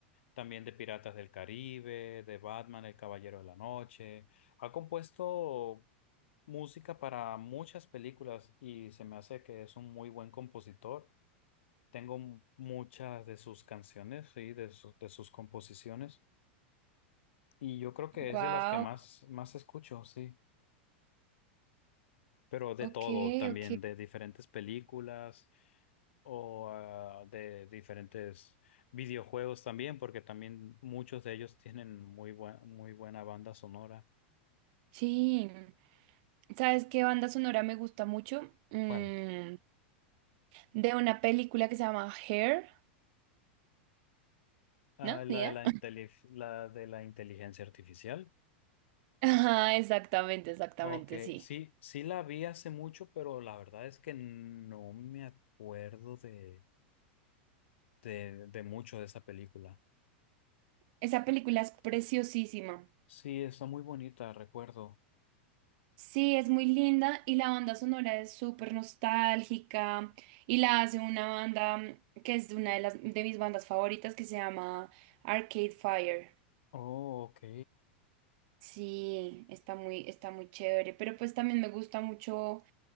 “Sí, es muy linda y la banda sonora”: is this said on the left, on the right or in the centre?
Right